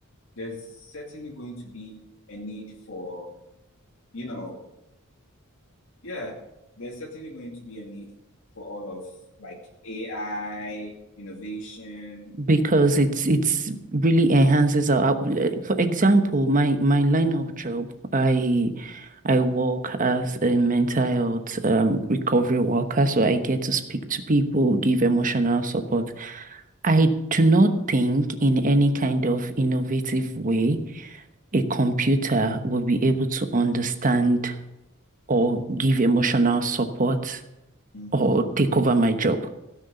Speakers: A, on the left (about 70°); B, on the right (about 40°).
A: There's certainly going to be a need for, you know, yeah, there's certainly going to be a need for all of like AI, innovation.
B: because it's it's really enhances our, our- for example, my my line of job, I I work as a mental health um, recovery worker, so I get to speak to people, give emotional support. I do not think in any kind of innovative way a computer will be able to understand or give emotional support
A: Mhm.
B: or take over my job.